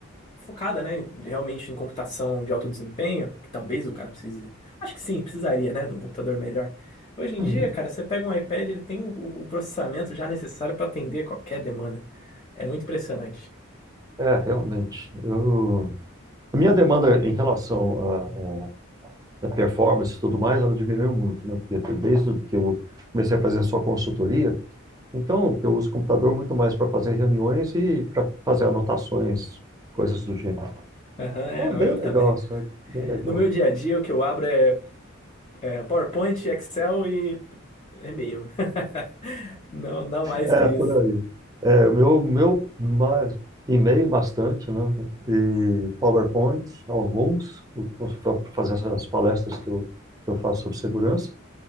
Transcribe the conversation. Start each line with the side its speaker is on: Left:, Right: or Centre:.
Left: focada, né? Realmente em computação de alto desempenho, que talvez o cara precise. Acho que sim, precisaria, né? De um computador melhor. Hoje em
Right: Uhum.
Left: dia, cara, você pega um iPad, ele tem o, o processamento já necessário para atender qualquer demanda. É muito impressionante.
Right: É, realmente. Eu... A minha demanda em relação a da performance e tudo mais, ela diminuiu muito, né? Porque desde que eu comecei a fazer só consultoria, então eu uso o computador muito mais para fazer reuniões e para fazer anotações, coisas do gênero.
Left: Aham,
Right: Então, bem
Left: é, eu
Right: legal,
Left: também.
Right: sabe? Bem legal.
Left: No meu dia a dia, o que eu abro é, é PowerPoint, Excel e e-mail. <laughs> Não, não mais
Right: É,
Left: que isso.
Right: por aí. É, o meu, meu mais- e-mail bastante, né? E PowerPoint, alguns, para fazer as palestras que eu, que eu faço sobre segurança.